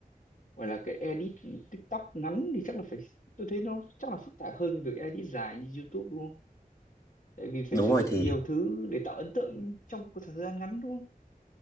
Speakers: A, on the left; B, on the left.
A: gọi là cái edit TikTok ngắn thì chắc là phải tôi thấy nó chắc là phức tạp hơn cái việc edit dài như YouTube đúng không? Tại vì phải
B: đúng
A: sử
B: rồi
A: dụng
B: thì
A: nhiều thứ để tạo ấn tượng trong một thời gian ngắn đúng không?